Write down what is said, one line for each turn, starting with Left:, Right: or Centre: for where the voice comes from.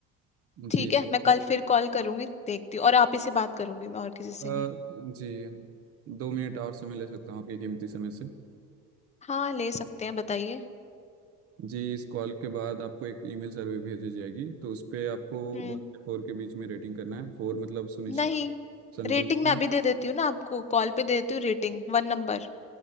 Right: हैं
Left: ठीक
Right: जी
Left: है
Right: तो
Left: मैं कल फिर कॉल करूंगी देखती हूँ और आप ही से बात करूंगी मैं और किसी
Right: अ,
Left: से नहीं
Right: जी दो मिनट और समय ले सकता हूँ आपके कीमती समय से
Left: हाँ ले सकते हैं बताइए
Right: जी इस कॉल के बाद आपको एक ईमेल सर्वे भेजी जाएगी तो उस पे आपको
Left: हम्म
Right: वन से फोर के बीच में रेटिंग करना है फोर मतलब सुनिश्चित
Left: नहीं
Right: आप संतुष्ट
Left: रेटिंग मैं
Right: हैं
Left: अभी दे देती हूँ ना आपको कॉल पे दे देती हूँ रेटिंग वन नंबर